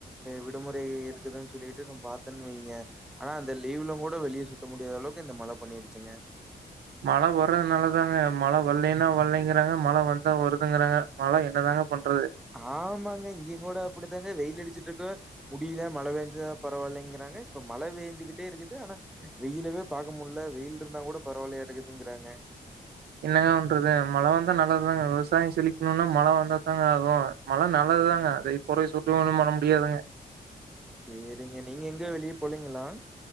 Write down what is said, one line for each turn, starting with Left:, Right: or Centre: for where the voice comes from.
Centre: விடுமுறை இருக்குதுன்னு சொல்லிட்டு பார்த்தேன்னு வைங்க ஆனா அந்த லீவுல கூட வெளியே சுத்த முடியாத அளவுக்கு இந்த மழை பண்ணிடுச்சுங்க
Right: மழை வர்றது நாலதாங்க மழை வரலைன்னா வரலைங்கிறாங்க மழை வந்தா வருதுங்கிறாங்க மழை என்னதாங்க பண்றது
Centre: ஆமாங்க இங்க கூட அப்படித்தாங்க வெயில் அடிச்சுட்டு இருக்கு முடிய மழை வேஞ்ச பரவாயில்லைங்கிறாங்க இப்ப மழை பெஞ்சுகிட்டே இருக்குத ஆனா வெயிலவே பார்கக்க முடியல வெயில் இருந்தா கூட பரவாயில்லடக்குதுங்கிறாங்
Right: என்னங்கண்றது மழை வந்தா நல்லதுதாங்க விவசாயம் செழிக்கணும்னா மழை வந்த தாங்க ஆகும் மழை நல்லதுதாங்க அதை குறை சொட்டும் மழ முடியாதங்க
Centre: சேரிங்க நீங்க எங்க வெளியே போலீங்களா